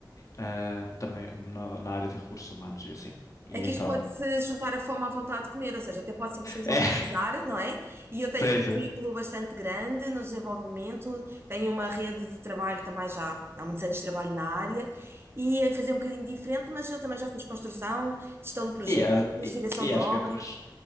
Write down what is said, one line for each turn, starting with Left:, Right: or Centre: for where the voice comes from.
Left: Ah, também na, na área de recursos humanos e assim. E
Right: É que
Left: então,
Right: isto pode-se juntar a fome à vontade de comer, ou seja, até pode ser que estejam
Left: é,
Right: a precisar, não é? E eu tenho
Left: <laughs> tem,
Right: um currículo bastante grande no desenvolvimento, tenho uma rede de trabalho também já há muitos anos de trabalho na área e é fazer um bocadinho diferente, mas eu também já fiz construção, gestão de projetos,
Left: E, a- e,
Right: direção
Left: e
Right: de
Left: acho
Right: obra,
Left: que a tua, ex-